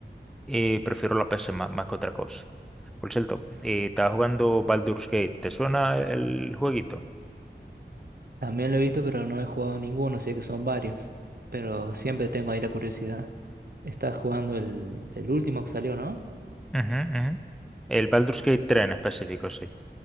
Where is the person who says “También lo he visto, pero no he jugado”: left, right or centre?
Right